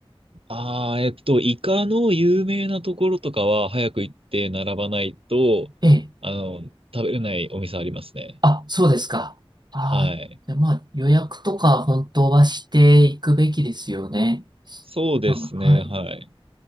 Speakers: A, on the right (about 70°); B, on the right (about 50°).
A: ああ、えっと、イカの有名なところとかは早く行って並ばないと、
B: ええ。
A: あの、食べれないお店ありますね。
B: あ、そうですか。ああじゃあまあ、
A: はい。
B: 予約とか本当はしていくべきですよね。
A: そうですね、
B: 多分、はい。
A: はい。